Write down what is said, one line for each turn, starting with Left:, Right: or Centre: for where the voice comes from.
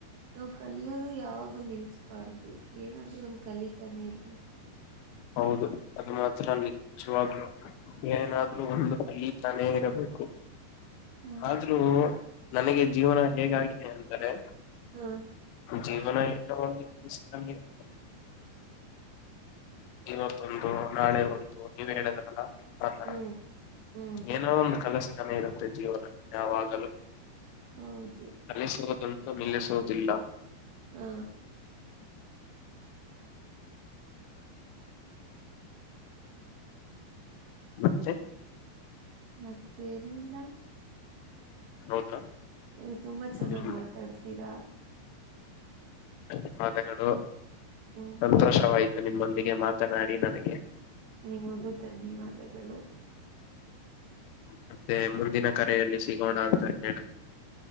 Right: ನಾವು ಕಲಿ ಅದು ಯಾವಾಗೂ ನಿಲ್ಸ್ಬಾರದು ಏನಾದ್ರು ಒಂದ ಕಲಿತಾನೆ ಇರ್ಬೇಕು
Left: ಹೌದು ಅದು ಮಾತ್ರ ನಿಜವಾಗ್ಲು ಏನಾದ್ ಒಂದು ಹಲ್ಲಿ ತಾನೇ ಇರಬೇಕು
Right: ಹಾ
Left: ಆದ್ರೂ ನನಗೆ ಜೀವನ ಹೇಗಾಗಿದೆ ಅಂದರೆ
Right: ಹಾ
Left: ಜೀವನ ಎಲ್ಲೋ ಒಂದು ಪ್ತಾನ ಇರುತ್ತೆ ಇವತ್ತೊಂದು ನಾಳೆ ಒಂದು ನೀವ ಹೇಳಿದ್ರಲ್ಲ ಹ
Right: ಹ್ಮ್ ಹ್ಮ್
Left: ಏನೋ ಒಂದು ಕಲಸ್ನ ಇರುತ್ತೆ ಜೀವನ ಯಾವಾಗಲೂ
Right: ಹೌದು
Left: ಅಲಿಸುವುದಂತೂ ನಿಲ್ಲಿಸುವುದಿಲ್ಲ
Right: ಹಾ
Left: ಮತ್ತೆ
Right: ಮತ್ತೇನು ಇಲ್ಲ
Left: ಹೌದಾ
Right: ನೀವು ತುಂಬಾ ಚೆನ್ನಾಗ್
Left: ನಿಮ್
Right: ಮಾತಾಡ್ತೀರಾ
Left: ಧನ್ಯವಾದಗಳು
Right: ಹ್ಮ್
Left: ಸಂತೋಷವಾಯ್ತು ನಿಮ್ಮೊಂದಿಗೆ ಮಾತನಾಡಿ ನನಗೆ
Right: ನಿಮಗೂ ಧನ್ಯವಾದಗಳು
Left: ಮತ್ತೆ ಮುಂದಿನ ಕರೆಯಲ್ಲಿ ಸಿಗೋಣ ಅಂತ ಹೇಳ